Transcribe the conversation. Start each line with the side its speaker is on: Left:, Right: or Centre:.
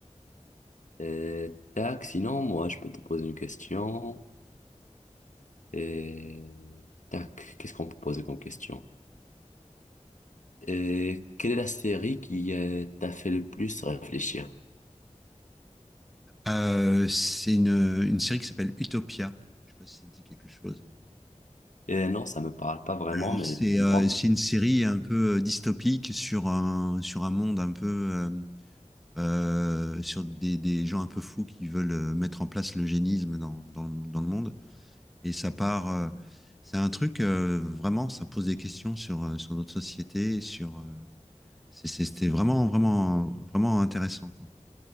Left: Euh, tac, sinon, moi, je peux te poser une question. Et tac, qu'est-ce qu'on peut poser comme question? Et quelle est la série qui euh, t'a fait le plus réfléchir?
Centre: Euh, c'est une, une série qui s'appelle Utopia. Je sais pas si ça te dit quelque chose.
Left: Et non, ça me parle pas vraiment,
Centre: Alors,
Left: mais
Centre: c'est
Left: moi,
Centre: euh, c'est une série un peu euh, dystopique sur un, sur un monde un peu, euh, euh, sur des, des gens un peu fous qui veulent euh, mettre en place l'eugénisme dans, dans, dans le monde. Et ça part. euh, c'est un truc, euh, vraiment, ça pose des questions sur, euh, sur notre société. Sur, euh, c'est- c'est- c'était vraiment, vraiment, vraiment intéressant, quoi.